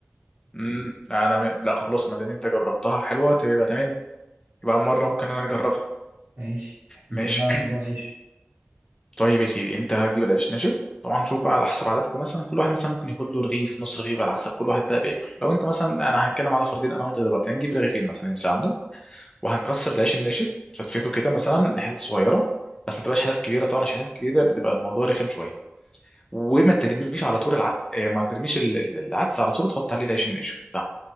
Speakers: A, on the left (about 20°); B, on the right (about 50°).
A: امم لا أنا م... لا خلاص ما دام أنت جربتها حلوة تبقى تمام يبقى مرة ممكن أنا أجربها
B: ماشي احكي
A: ماشي
B: لي بقى على موضوع العيش
A: طيب يا سيدي انت هتجيب العيش ناشف طبعا شوف بقى على حسب عددكم مثلا كل واحد مثلا ممكن ياخد له رغيف نص رغيف على حسب كل واحد بقى بياكل لو انت مثلا انا هتكلم على فردين انا وانت دلوقتي هنجيب رغيفين مثلا يمسك عندهم وهنكسر العيش الناشف فتفيته كده مثلا لحتت صغيره بس ما تبقاش حتت كبيره طبعا عشان حتت كبيره بتبقى الموضوع رخم شويه وما ترميش على طول العدس اه، ما ترميش ال- ال- العدس على طول تحط عليه العيش الناشف لا